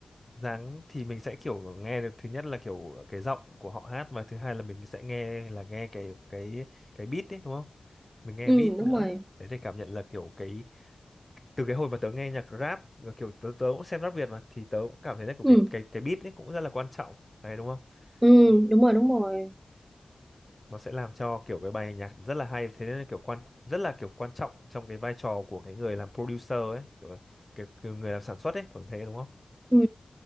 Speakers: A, on the left (about 15°); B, on the right (about 30°).
A: dáng thì mình sẽ kiểu nghe được thứ nhất là kiểu cái giọng của họ hát và thứ hai là mình sẽ nghe là nghe cái cái cái beat ấy đúng không mình nghe
B: ừ
A: beat
B: đúng
A: nữa
B: rồi
A: đấy để cảm nhận là kiểu cái từ cái hồi mà tớ nghe nhạc rap và kiểu tớ tớ cũng xem rap Việt mà thì tớ cũng cảm thấy là kiểu
B: ừ
A: cái cái cái beat ấy cũng rất là quan trọng đấy đúng không
B: ừ
A: Ờ, nó
B: đúng rồi đúng rồi
A: sẽ làm cho kiểu cái bài nhạc rất là hay thế nên là kiểu quan rất là kiểu quan trọng trong cái vai trò của cái người làm producer ấy kiểu, kiểu, kiểu người làm sản xuất ấy kiểu thế đúng không
B: ừ